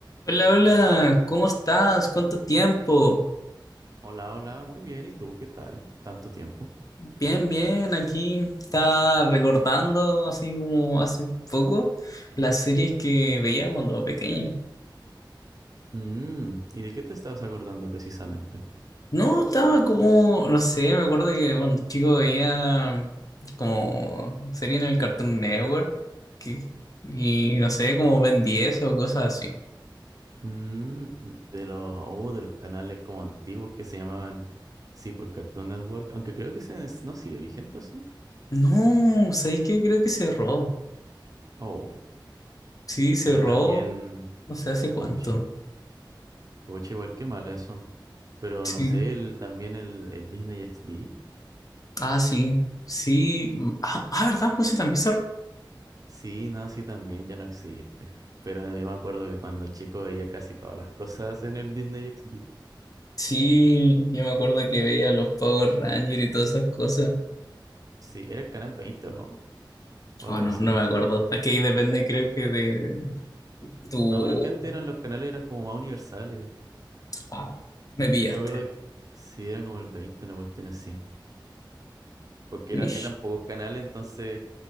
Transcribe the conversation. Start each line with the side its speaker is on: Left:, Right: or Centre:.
Left: Hola, hola, ¿cómo estás? ¿Cuánto tiempo?
Right: Hola, hola, muy bien. ¿Y tú qué tal? ¿Tanto tiempo?
Left: Bien, bien, aquí estaba recordando así como hace poco las series que veía cuando era pequeño.
Right: Mm, ¿y de qué te estabas acordando precisamente?
Left: No, estaba como, no sé, me acuerdo que cuando chico veía como serie en el Cartoon Network que- y no sé, como Ben 10 o cosas así.
Right: Mm, de los, oh, de los canales como antiguos que se llamaban, sí, por Cartoon Network, aunque creo que ese es- no sigue vigente, ¿o ¿sí?
Left: No, ¿sabéis qué? Creo que cerró.
Right: Oh,
Left: Sí, cerró,
Right: pero también,
Left: no sé hace
Right: pucha,
Left: cuánto.
Right: pucha, igual que mal eso. Pero
Left: Sí.
Right: no sé, el, también el, el Disney XD,
Left: Ah, sí, sí. mm, Ah, ah, ¿verdad? Monse también se...
Right: sí, no, sí, también ya no existe. Pero yo me acuerdo que cuando chico veía casi todas las cosas en el Disney XD.
Left: Sí, yo me acuerdo que veía los Power Rangers y todas esas cosas.
Right: Sí, era el canal 20, ¿o no? o algo
Left: Oh, no,
Right: así.
Left: no me acuerdo. Aquí depende, creo que de tu...
Right: No, pero es que antes eran los canales eran como más universales.
Left: Wow, me pillaste.
Right: Yo me acuerdo que sí, era como el 20, una cuestión así. Porque
Left: Mish,
Right: eran, eran pocos canales, entonces